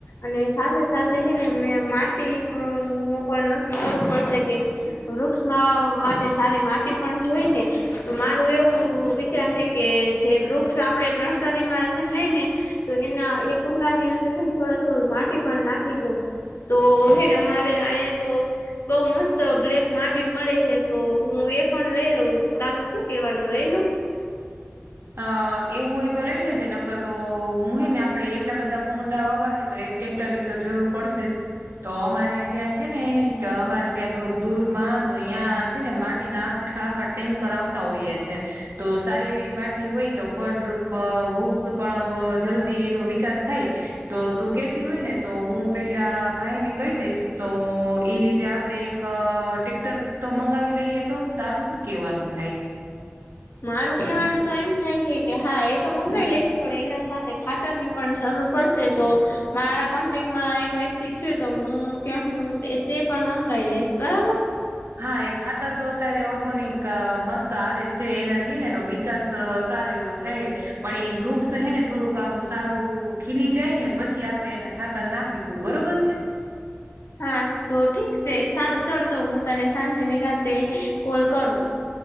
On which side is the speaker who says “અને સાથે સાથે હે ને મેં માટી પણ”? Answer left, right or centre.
Left